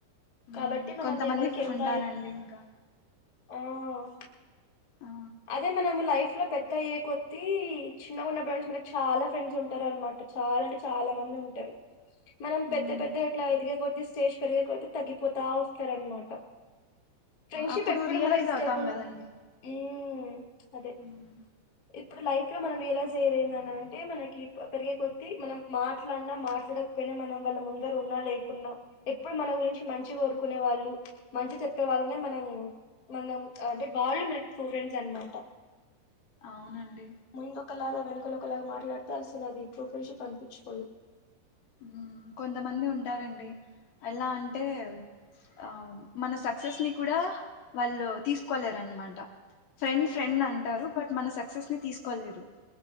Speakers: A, on the left; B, on the left.
A: కాబట్టి
B: మ్మ్
A: మనం
B: కొంతమంది
A: ఎవరికి ఎంత
B: ఉంటారండి ఇంకా
A: ఆహ్
B: ఆ
A: అదే మనం లైఫ్ లో పెద్ద అయ్యే కొద్దిీ చిన్నగా ఉన్న బస్ మనకి చాలా ఫ్రెండ్స్ ఉంటారు అనమాట చాలా అంటే చాలా మంది ఉంటారు మనం పెద్ద
B: మ్మ్
A: పెద్ద ఎట్లా ఎదిగ కొర్ది స్టేజ్ పెరిగే కొద్ది తగ్గిపోతా వస్తారనమాట ఫ్రెండ్షిప్
B: అప్పుడు
A: ఎప్పుడు
B: రియలైజ్
A: మనకి స్టేబుల్
B: అవుతాం కదండి
A: ఉమ్ అదే
B: మ్మ్
A: ఇప్పుడు లైఫ్ ఇక్కడ మనం రియలైజ్ అయ్యేది ఏందంటే మనకి పెరిగే కొద్ది మనం మాట్లాడినా మాట్లాడకపోయినా మనం వాళ్ళ ముందర ఉన్నా లేకున్నా ఎప్పుడు మన గురించి మంచిగా కోరుకునే వాళ్ళు మంచి చెప్పే వాళ్ళనే మనం మనం ప్చ్ అంటే వాళ్ళు మనకి ట్రూ ఫ్రెం డ్స్ అనమాట
B: అవునండి
A: ముందు ఒకలాగా వెనకలు ఒకలాగా మాట్లాడితే అసలు అది ట్రూ ఫ్రెండ్షిప్ అనిపించుకోదు
B: ఉమ్ కొంతమంది ఉంటారండి ఎలా అంట టే ఆ మన సక్సెస్ ని కూడా వాళ్ళు తీసుకోలేరనమాట ఫ్రెండ్
A: మ్మ్
B: ఫ్రెండ్ అంటారు బట్ మన సక్సెస్ ని తీసుకోలేరు